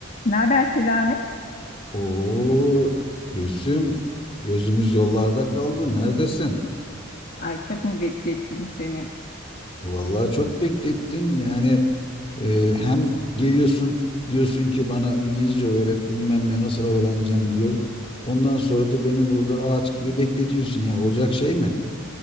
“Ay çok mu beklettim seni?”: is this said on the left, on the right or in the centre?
Left